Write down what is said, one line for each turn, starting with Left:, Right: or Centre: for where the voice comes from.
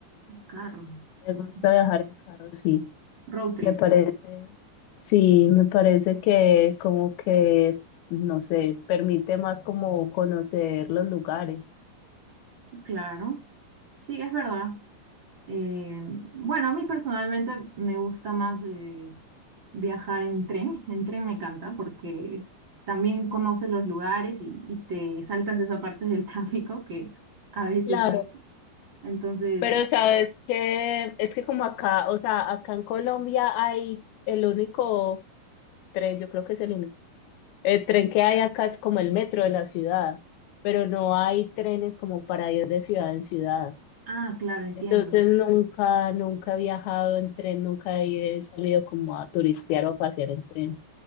Right: Un carro.
Left: me
Right: Ajá.
Left: gusta viajar en carro, sí.
Right: Road trips.
Left: Me parece, sí, me parece que como que, no sé, permite más como conocer los lugares.
Right: Claro, sí, es verdad. Eh, bueno, a mí personalmente me gusta más eh, viajar en tren. En tren me encanta porque también conoces los lugares y, y te saltas esa parte del <laughs> tráfico que a veces
Left: Claro.
Right: hay. Entonces,
Left: Pero sabes que es que como acá, o sea, acá en Colombia hay el único tren, yo creo que es el único, el tren que hay acá es como el metro de la ciudad, pero no hay trenes como para ir de ciudad en ciudad.
Right: ah, claro, entiendo.
Left: Entonces nunca, nunca he viajado en tren, nunca he salido como a turistear o a pasear en tren.